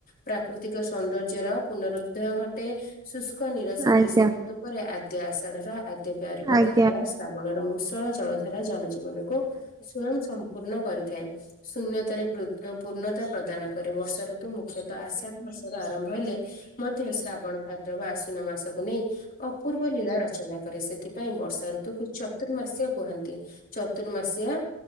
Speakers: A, on the left; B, on the right.
A: ପ୍ରାକୃତିକ ସୌନ୍ଦର୍ଯ୍ୟ ରାଜ୍ୟର ପୁନରୁଦ୍ଧୟ ଘଟେ ଶୁଷ୍କ ନିରଶ
B: ଆଜ୍ଞା ଆଜ୍ଞା
A: ଗ୍ରୀଷ୍ମ
B: ଆଜ୍ଞା ଆଜ୍ଞା ଆଜ୍ଞା ଆଜ୍ଞା ଆଜ୍ଞା
A: ଋତୁ ପରେ ଆଦ୍ୟ ଆଷାଢ଼ର ପ୍ୟାରିପାତ
B: ଆଜ୍ଞା ଆଜ୍ଞା ଆଜ୍ଞା ଆଜ୍ଞା ଆଜ୍ଞା ଆଜ୍ଞା ଆଜ୍ଞା ଆଜ୍ଞା ଆଜ୍ଞା ଆଜ୍ଞା ଆଜ୍ଞା
A: ଧାରା ଶ୍ରାବଣର ମୂଷଳ ଜଳ ଧାରା ଜନଜୀବନକୁ ସ୍ଵୟଂ ସମୃଦ୍ଧି କରେ। ପୂର୍ଣ୍ଣ କରିଥାଏ ଶୂନ୍ୟତାରେ ପୂର୍ଣ୍ଣତା ପ୍ରଦାନ କରେ ବର୍ଷା ଋତ ତୁ ମୁଖ୍ୟତଃ ଆଷାଢ ମାସର ଆରମ୍ଭ ହେଲେ ମଧ୍ୟ ଶ୍ରାବଣ ଭାଦ୍ରବ ଆସ୍ୱୀନ ମାସକୁ ନେଇ ଅପୂର୍ବ ଲୀଳା ରଚନା କରେ ସେଥିପାଇଁ ବର୍ଷା ଋତୁକୁ ଚ ଚତୁର୍ମାସିଆ କୁହନ୍ତି ଚତୁର୍ମାସିଆ